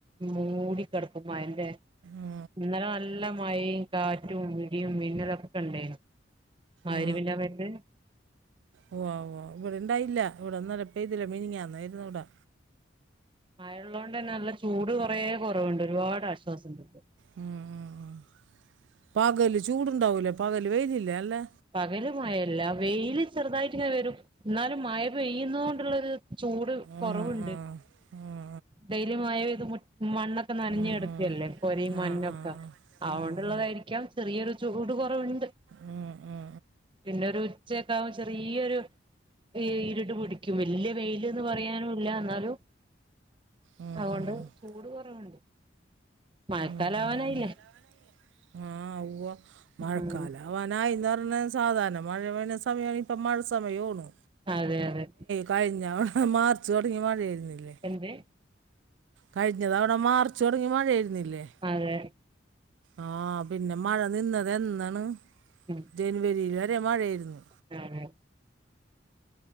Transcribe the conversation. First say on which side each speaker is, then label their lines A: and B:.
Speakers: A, on the right (about 25°); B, on the right (about 75°).
A: മൂടി കിടക്കും മഴന്റെ
B: ആ
A: ഇന്നലെ നല്ല മഴ കാറ്റും ഇടിയും മിന്നൽ ഒക്കെ ഇണ്ടയിരുന്നു മഗ്രിബിന്റെ
B: ആ
A: സമയത്ത്
B: ഉവ്വ ഉവ്വ ഇവിടെ ഉണ്ടായില്ല, ഇവിടെ ഇന്നലെ പെയ്തില്ലേ മീനിഞ്ഞാന്നായിരുന്നു ഇവിടെ
A: മഴ ഉള്ളത് കൊണ്ട് തന്നെ നല്ല ചൂട് കൊറേ കുറവുണ്ട് ഒരുപാട് ആശ്വാസം ണ്ട് ഇപ്പോ
B: മം പകല് ചൂടുണ്ടാവലേ പകൽ വെയിലില്ലേ നല്ലല്ലേ
A: പകല് മഴ ഇല്ല വെയില് ചെറുതായിട്ട് ഇങ്ങനെ വരും, എന്നാലും മഴ പെയ്യുന്നത് കൊണ്ടുള്ളരു ചൂട് കൊറവുണ്ട്
B: ഉം ഉം ഉം
A: വെയിലുംമഴ പെയ്ത് മു മണ്ണൊക്കെ നനഞ്ഞു
B: ഉം ഉം
A: കടക്കല്ലേ
B: ഉം ഉം
A: പൊരിം മണ്ണോക്കെ
B: ആ ആ
A: അതുകൊണ്ടുള്ളതായിരിക്കാം
B: ആ ആ
A: ചെറിയൊരു ചൂട് കുറവുണ്ട്
B: മം മം
A: പിന്നെ ഒരു ഉച്ചയകോ ആകുമ്പോ ചെറിയൊരു ഈ ഇരുട്ട് പൊടി ക്കും വല്യ വെയില് പറയാനും ഇല്ല എന്നാലു
B: ഉം
A: അതുകൊണ്ട്
B: ഉം
A: ചൂട് കുറവുണ്ട് മഴക്കാലം
B: മം മം
A: ആവാനായില്ലേ
B: മം ആ ഉവ മഴക്കാലം
A: ഉം
B: അവനായിന്ന് പറഞ്ഞ സാധാരണ മഴ സമയമാണ് ഇപ്പ മഴ സമയണു
A: അതെ അതെ
B: കഴിഞ്ഞ അവിടെ മാർച്ച് തുടങ്ങി മഴായിരുന്നില്ലേ
A: അതോ
B: കഴിഞ്ഞ തവണ മാർച്ച് തുടങ്ങി മഴയായിരുന്നില്ലേ
A: അതെ
B: ആ പിന്നെ മഴ നിന്നത് എന്നാണ്
A: മം
B: ജനുവരി വരെ മഴയായിരുന്നു
A: മം